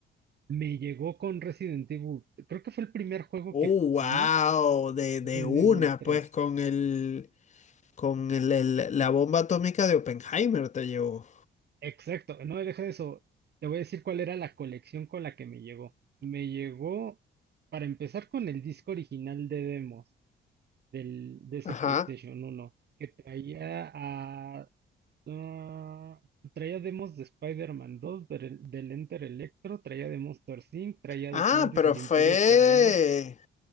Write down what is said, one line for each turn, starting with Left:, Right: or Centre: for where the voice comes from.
Right: Me llegó con Resident Evil, creo que fue el primer juego
Left: Uh,
Right: que pusimos,
Left: wow, de,
Right: Resident
Left: de una,
Right: Evil tres
Left: pues con el... Con el, el- la bomba atómica de Oppenheimer te llevó.
Right: Exacto, no, deja de eso. Te voy a decir cuál era la colección con la que me llegó. Me llegó, para empezar, con el disco original de demos del, de ese
Left: Ajá.
Right: PlayStation uno que traía a, ah, traía demos de Spider-Man 2, del, del Enter Electro, traía de Monster Inc., traía
Left: Ah,
Right: de Atlantis
Left: pero
Right: el
Left: fue.
Right: Imperio Perdido.